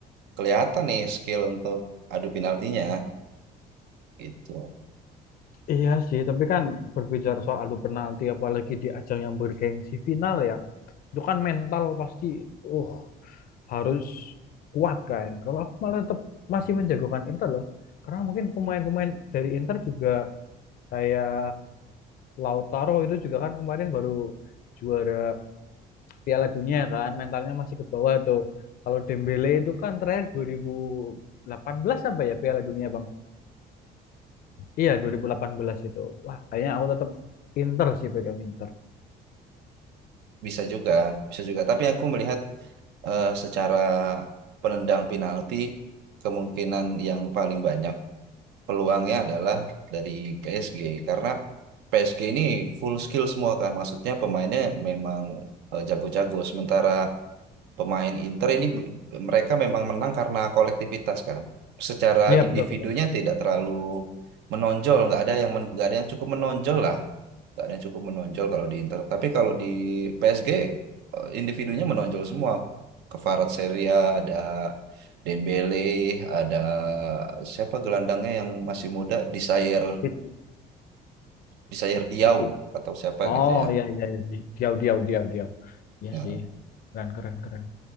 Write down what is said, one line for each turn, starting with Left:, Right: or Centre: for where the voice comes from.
Right: kelihatan nih skill untuk adu penaltinya gitu.
Left: Iya sih, tapi kan berbicara soal adu penalti, apalagi di ajang yang bergengsi final ya, itu kan mental pasti, uh, harus kuat kan. Kalau aku malah tetap masih menjagokan Inter loh, karena mungkin pemain-pemain dari Inter juga kayak Lautaro itu juga kan kemarin baru juara Piala Dunia kan, mentalnya masih ke bawah tuh. Kalau Dembele itu kan terakhir 2018 apa ya Piala Dunia Bang? Iya, 2018 itu. Wah, kayaknya aku tetap Inter sih pegang Inter.
Right: Bisa juga, bisa juga. Tapi aku melihat eh, secara penendang penalti kemungkinan yang paling banyak peluangnya adalah dari PSG karena PSG ini full skill semua kan. Maksudnya pemainnya memang eh, jago-jago. Sementara pemain Inter ini b- mereka memang menang karena kolektivitas kan. Secara
Left: Iya,
Right: individunya
Left: betul betul. betul.
Right: tidak terlalu menonjol, nggak ada yang men- nggak ada yang cukup menonjol lah, nggak ada yang cukup menonjol kalau di Inter. Tapi kalau di PSG eh, individunya menonjol semua. Kvaratskhelia ada Dembele, ada siapa gelandangnya yang masih muda, Desire
Left: Fit,
Right: Desire Diaw
Left: fitin.
Right: atau siapa
Left: Oh,
Right: gitu ya.
Left: iya iya iya. Di- Diau diau diau diau. Iya
Right: Nah,
Left: sih. Keren keren keren.